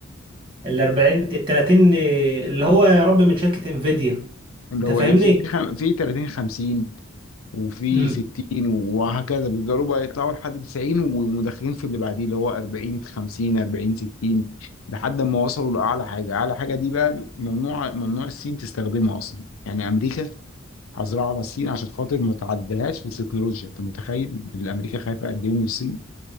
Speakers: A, on the right; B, on the left.
A: ال 40 ال 30 اللي هو يا رب من شركة انفيديا
B: اللي
A: انت
B: هو
A: فاهمني
B: ايه في في خم- في 30 50 وفي
A: امم
B: 60 وهكذا بيفضلوا بقى يطلعوا لحد 90 و- ومدخلين في اللي بعديه اللي هو 40 50 40 60 لحد ما وصلوا لاعلى حاجه اعلى حاجه دي بقى ممنوع ممنوع الصين تستخدمها اصلا يعني امريكا حظرها على الصين عشان خاطر ما تعديهاش في التكنولوجيا انت متخيل الامريكا خايفه قد ايه من الصين